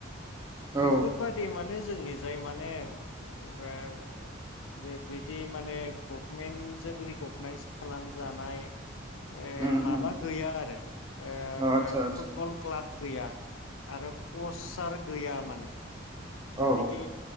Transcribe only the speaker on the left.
बेफोरबादि
माने जोंनि जाय माने ओ बे बिदि माने गभमेन्ट जों रिकगनाइस खालामजानाय ए
माबा
गैया आरो ओ
फोब
फुटबल क्लाब गैया। आरो कचार गैया माने।
बिदि